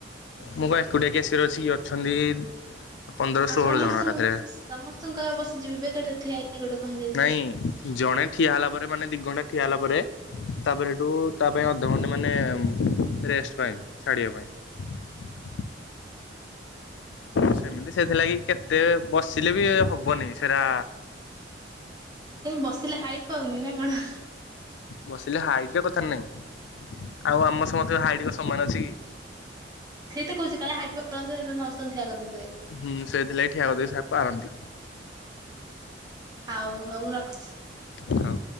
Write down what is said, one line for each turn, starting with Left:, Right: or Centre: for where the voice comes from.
Left: ମୁଁ କଣ ଏକୁଟିଆ କେସିଅର ଅଛି କି? ଅଛନ୍ତି ପନ୍ଦର
Right: ଆଉ
Left: ଷୋହଳ
Right: ସମସ୍ତଙ୍କୁ।
Left: ଜଣ ଏକାଥରେ।
Right: ସମସ୍ତଙ୍କୁ କହିବା ବସି ଯିବେ, ବେକାରଟାରେ ଠିଆ ହେଇକି ଗୋଟେ କଣ ହେଇଯାଉଛ।
Left: ନାଇଁ ଜଣେ ଠିଆ ହେଲା ପରେ, ମାନେ ଦିଘଣ୍ଟା ଠିଆ ହେଲା ପରେ, ତାପରେ ସେଠୁ ତା ପାଇଁ ଅଧଘଣ୍ଟେ ମାନେ ରେଷ୍ଟ ପାଇଁ। ଛାଡ଼ିବା ପାଇଁ। ସେମିତି ସେଥିଲାଗି କେତେ ବସିଲେ ବି ହବନି ସେରା
Right: କାହିଁ ବସିଲେ ହାଇଟ ପାଉନି ନା କଣ?
Left: ବସିଲେ ହାଇଟ ର କଥା ନାହିଁ। ଆଉ ଆମ ସମସ୍ତଙ୍କ ହାଇଟ ର ସମାନ ଅଛି କି?
Right: ସେଇି ତ କହୁଛି, କାଳେ ହାଇଟ୍ ପାଉନଥିବ, ସେଥିପାଇଁ ସମସ୍ତଙ୍କୁ ଠିଆ କରିଦଉଚ।
Left: ହୁଁ ସେଇଥିଲାଗୀ ଠିଆ କରି ପାରନ୍ତି।
Right: ହଉ, ହଉ ମୁଁ ରଖୁଛି।
Left: ହଁ।